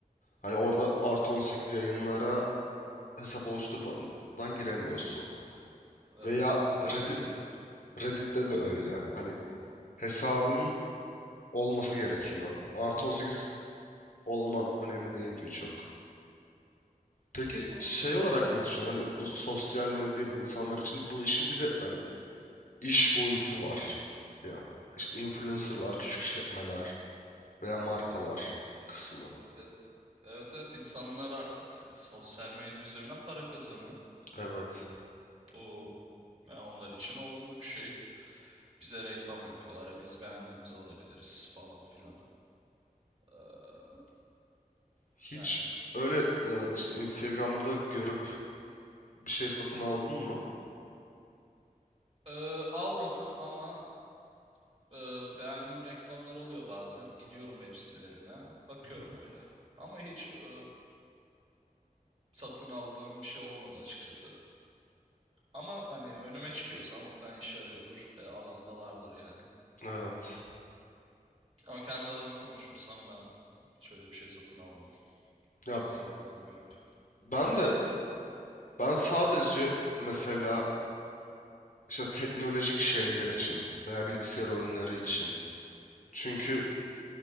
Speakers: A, on the left; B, on the right.
A: hani orada artı 18 yayınlara hesap oluşturmadan giremiyorsun.
B: Evet
A: Veya
B: evet ben
A: Reddit,
B: de öyle biliyorum.
A: Reddit'te de öyle. Hani hesabının olması gerekiyor. Artı 18 olman önemli değil gibi çok. Peki
B: Anladım.
A: şey olarak ne düşünüyorsun? Hani bu sosyal medya insanlar için bu işin bir de hani iş boyutu var. Ya işte influencerlar, küçük işletmeler veya markalar kısmı.
B: Evet evet, evet insanlar artık sosyal medya üzerinden para kazanıyor.
A: Evet.
B: Bu ya onlar için olumlu bir şey. Bize reklam yapıyorlar. ya Biz beğendiğimizi alabiliriz falan filan. Ee,
A: Hiç
B: yani
A: öyle işte Instagram'da görüp bir şey satın aldın mı?
B: ee, almadım ama Ee, beğendiğim reklamlar oluyor bazen. Giriyorum web sitelerine. Bakıyorum
A: Hı hı.
B: öyle. Ama hiç ee, satın aldığım bir şey olmadı açıkçası. Ama hani önüme çıkıyorsa muhtemelen işe yarıyordur. E, alanda vardır yani.
A: Evet.
B: Ama kendi adıma konuşursam ben şöyle bir şey satın almadım.
A: Ya
B: Instagram'dan görüp.
A: ben de ben sadece mesela işte teknolojik şeyler için veya bilgisayar oyunları için. Çünkü